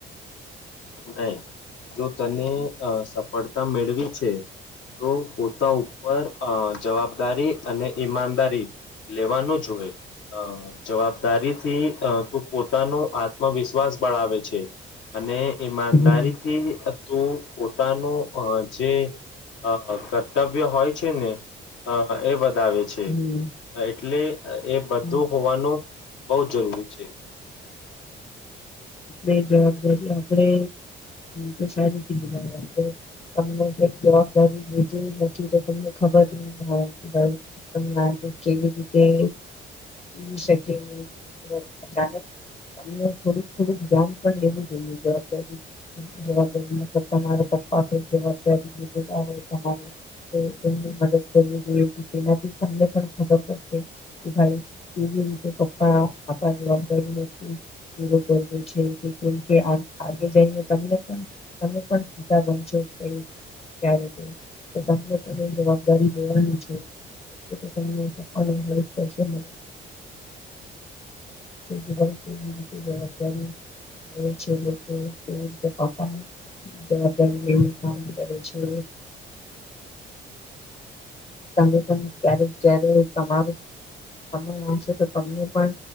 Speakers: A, on the left (about 75°); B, on the left (about 30°).
A: નહી જો તને સફળતા મેળવી છે. તો પોતા ઉપર જવાબદારી અને ઈમાનદારી લેવાનું જ હોય. અ જવાબદારીથી તું પોતાનું આત્મવિશ્વાસ બળાવે છે. અને ઈમાનદારીથી
B: હમ
A: તું પોતાનું જે અ કર્તવ્ય હોય છે ને અ એ વધાવે છે.
B: હમ
A: એટલે એ બધું
B: હમ
A: હોવાનું બહુ જરૂરી છે.
B: આપ જવાબદારી આપણે હ સારી કીધું તમને કક જવાબદારી લીધી નથી તો તમને ખબર <unintelligible> આજ કેવી રીતે. જીવી શકે નહી અચાનક તમને થોડુંક થોડુંક ધ્યાન પણ લેવું જોઈએ જવાબદારી જવાબદારી મતલબ તમારા પપ્પા જવાબદારી હોય મદદ કરવી જોઈએ તેનાથી તમને પણ ખબર પડે. ભાઈ દ કે કપ આપપડા જવાબદારી નથી. વું છે કે કેમકે આગે જઈને તને તમે <unintelligible> ક્યારે તો તમને પણ જવાબદારી લેવાની છે. એ <unintelligible> કરશે તમને ખબર પડશે. જવાબદારી છે લોકો <unintelligible> જવાબદારી લઈને કામ કરે છે તમે પણ ક્યારે જ્યારે તમારું તમે વાસો તો તમને પણ